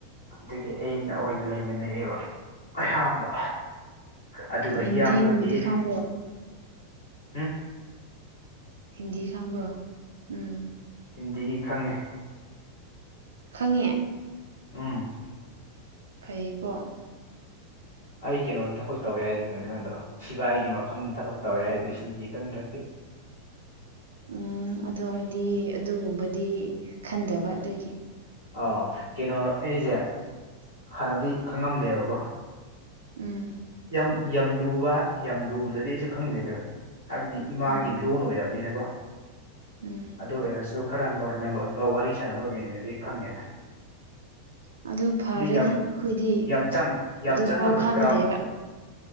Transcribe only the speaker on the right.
ꯍꯤꯟꯗꯤꯒꯨꯝꯕꯗꯤ
ꯈꯪꯕ꯭ꯔꯣ
ꯍꯤꯟꯗꯤ ꯈꯥꯡꯕ꯭ꯔꯣ ꯎꯝ
ꯈꯪꯉꯦ
ꯐꯩꯀꯣ
ꯎ ꯎꯝ ꯑꯗꯣ ꯑꯩꯗꯤ ꯑꯗꯨꯒꯨꯝꯕꯗꯤ ꯈꯟꯗꯕ ꯑꯗꯨꯒꯤ
ꯎꯝ
ꯎꯝ
ꯎꯝ
ꯎꯝ ꯑꯗꯨ ꯐꯔꯦꯗ
ꯑꯩꯈꯣꯏꯗꯤ
ꯑꯗꯨꯐꯥꯎ
ꯈꯪꯗꯦꯕ